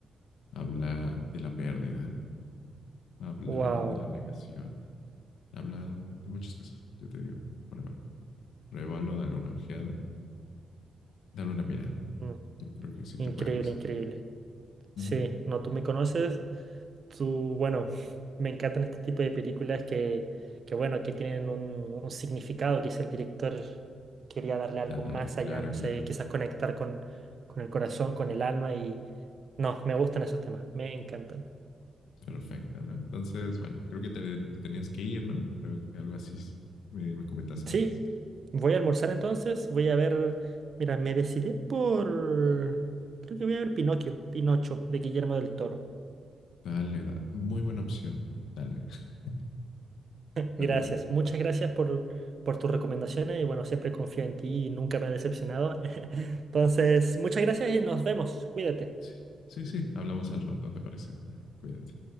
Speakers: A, on the left; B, on the right.
A: Habla de la pérdida, habla
B: wow.
A: de la negación, habla de muchas cosas. Yo te digo, pruébalo, pruébalo, dale una ojeada, dale una mirada.
B: Mm,
A: Yo creo que sí
B: Increíble,
A: te puede gustar.
B: increíble. Sí,
A: Ujú.
B: no, tú me conoces. Tú, bueno, <laughs> me encantan este tipo de películas que, que bueno, que tienen un, un significado. Quizá el director quería darle algo
A: Claro,
B: más
A: claro,
B: allá, no sé,
A: claro.
B: quizás conectar con, con el corazón, con el alma y... No, me gustan esos temas, me encantan.
A: Perfecto, ¿no? Entonces, bueno, creo que te, te tenías que ir, ¿no? Creo que algo así me, me comentaste
B: Sí,
A: antes.
B: voy a almorzar entonces, voy a ver, mira, me decidí por, creo que voy a ver Pinocchio, Pinocho, de Guillermo del Toro.
A: Dale, da- muy buena opción. Dale, <laughs> dale,
B: Gracias,
A: dale.
B: muchas gracias por, por tus recomendaciones y bueno, siempre confío en ti y nunca me he decepcionado. <laughs> Entonces, muchas gracias y nos vemos, cuídate.
A: Sí, sí, sí, hablamos al rato, ¿te parece? Va, Cuídate.